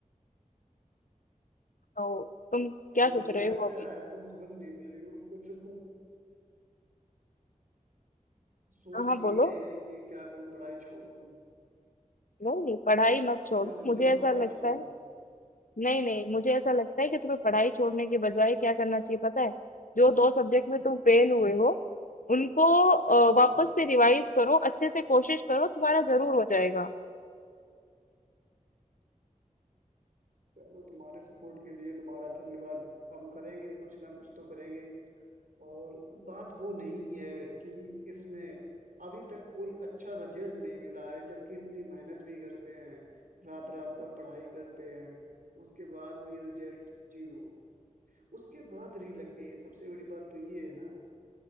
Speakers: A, on the left; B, on the right.
A: तो तुम क्या
B: सोचना
A: सोच रहे हो
B: क्या
A: अभी
B: है तुम समझ नहीं पा रही हो कुछ को सोच
A: हाँ हाँ
B: यही
A: बोलो
B: रहे हैं कि क्या करूं पढ़ाई छोड़ दूं
A: नहीं नहीं पढ़ाई मत छोड़ो
B: मैं सोच
A: मुझे
B: रहा हूँ
A: ऐसा
B: पढ़ाई
A: लगता
B: छोड़
A: है
B: दूं
A: नहीं नहीं मुझे ऐसा लगता है कि तुम्हें पढ़ाई छोड़ने के बजाय क्या करना चाहिए पता है जो दो सब्जेक्ट में तुम फेल हुए हो उनको अ,
B: हम्म,
A: वापस से रिवाइज करो अच्छे से कोशिश करो तुम्हारा जरूर हो जाएगा
B: चलो तुम्हारे सपोर्ट के लिए तुम्हारा धन्यवाद हम करेंगे कुछ ना कुछ तो करेंगे और बात वो नहीं है कि इसमें अभी तक कोई अच्छा रिजल्ट नहीं मिला है जबकि इतनी मेहनत भी करते हैं रात रात भर पढ़ाई करते हैं उसके बाद भी रिजल्ट जीरो उसके बाद री लग गई है सबसे बड़ी बात तो ये है ना